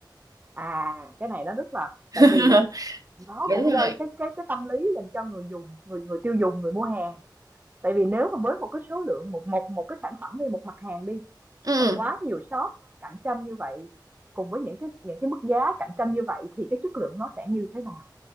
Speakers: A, on the right; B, on the right.
A: À, cái này nó rất là
B: <laughs>
A: tại vì nó
B: Đúng
A: cũng gây
B: rồi.
A: cái cái cái tâm lý dành cho người dùng, người người tiêu dùng, người mua hàng. Tại vì nếu mà với một cái số lượng một một một cái sản phẩm đi, một mặt hàng đi
B: Ừ,
A: mà quá nhiều shop cạnh tranh như vậy cùng với những cái những cái mức giá cạnh tranh như vậy thì cái chất lượng nó sẽ như thế nào?